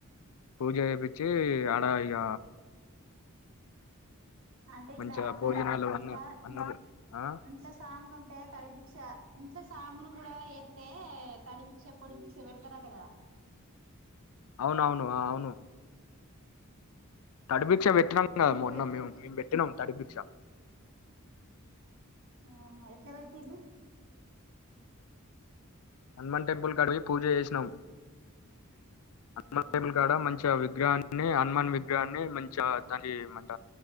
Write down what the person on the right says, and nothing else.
అంటే ఇట్లా
త
ఇంట్లా
ఇంట్ల
ఇంట్ల సాములుంటే తడి దిక్ష ఇంట్ల సాములు కూడా ఎత్తే తడి బిక్షా పొడి బిక్ష పెడతారట గా
ఆ
మీకు
పెట్టి
ఆహ ఎట్లా పెట్టిళ్ళు
ఆ